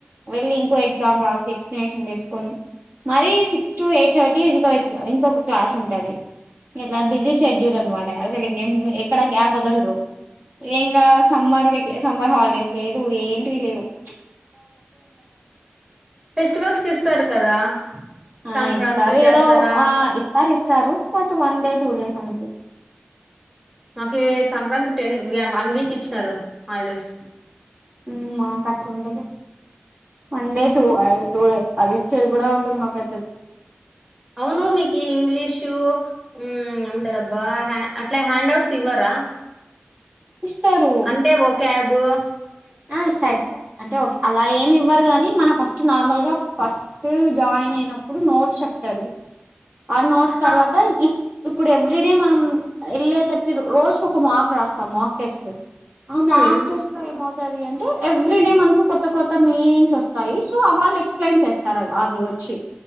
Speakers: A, on the right; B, in the centre.
A: వెళ్ళి ఇంకో ఎగ్జామ్ రాసి ఎక్స్ప్లనేషన్ చేసుకొని మరీ సిక్స్ టు ఎయిట్ థర్టీ ఇంకో ఇంకొక క్లాస్ ఉంటంది ఇట్లా బిజీ షెడ్యూల్ అనమాట అసలు ఇం ఎక్కడ గ్యాప్ వదలరు ఇం సమ్మర్ అంతే సమ్మర్ హాలిడేస్ లేదు ఏంటి లేవు చ్
B: ఫెస్టివల్స్ కి ఇస్తారు కదా
A: ఆ
B: సంక్రాంతి
A: ఇస్తారు
B: దసరా
A: ఏదో ఆ ఇస్తారు ఇస్తారు బట్ వన్ ఉండేదే టూ డేస్ అంతే
B: మాకు ఏ సంక్రాంతి టెన్ వన్ వీక్ ఇచ్చినారు హాలిడేస్
A: ఉ మా పట్లుంటది
B: ఉమ్
A: వన్ డే టూ అయితే టూ డే అది ఇచ్చేది కూడా వాళ్ళు ఇంగా పెద్దది
B: అవును మీకు ఇంగ్లీషు హు ఏమంటారబ్బా అట్లా హ్యాండ్ అవుట్స్ ఇవ్వరా
A: ఇస్తారు
B: అంటే ఒ క్యాబ్ బువ్వ
A: ఆ ఇస్తా ఇస్తా అంటే అలా ఏమి ఇవ్వరు కాని మనం ఫస్ట్ నార్మల్గా ఫస్ట్ జాయిన్ అయినప్పుడు నోట్స్ చెప్తారు ఆ నోట్స్ తర్వాత
B: ఆ,
A: ఇప్ ఇప్పుడు ఎవ్రీ డే మనం వెళ్ళే ప్రతి రోజు ఒక మాక్ రాస్తాం మాక్ టెస్ట్ ఆ
B: మ్మ్
A: మార్క్ టెస్ట్ లో ఏమవుతది అంటే ఎవ్రీ డే మనకు కొ కొత్త కొత్త మీనింగ్స్ వస్తాయి సో వాళ్ళు ఎక్స్ప్లెయిన్ చేస్తారు అది వచ్చి